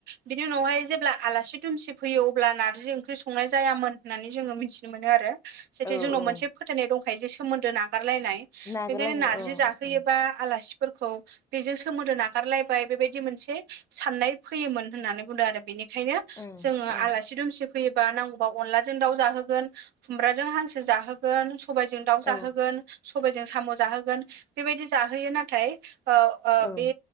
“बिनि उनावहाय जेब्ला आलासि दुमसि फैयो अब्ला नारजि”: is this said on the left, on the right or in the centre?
Right